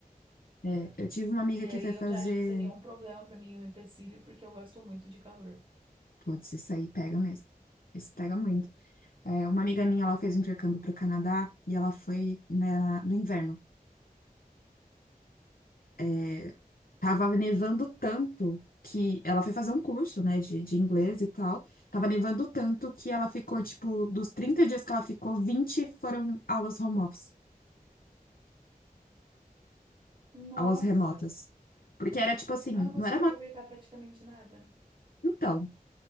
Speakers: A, on the left; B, on the right.
A: É, eu tive uma amiga
B: E
A: que
B: aí
A: foi fazer.
B: eu já acho que seria um problema pra mim, um empecilho, porque eu gosto muito de calor.
A: Putz, isso aí pega mesmo. Isso pega muito. É, uma amiga minha, ela fez um intercâmbio para o Canadá e ela foi na, no inverno. É, tava nevando tanto que ela foi fazer um curso, né, de, de inglês e tal. Tava nevando tanto que ela ficou, tipo, dos 30 dias que ela ficou, 20 foram aulas home office,
B: Nossa!
A: aulas remotas. Porque era tipo assim,
B: Ela não conseguiu
A: não era uma.
B: aproveitar praticamente nada, né?
A: Então.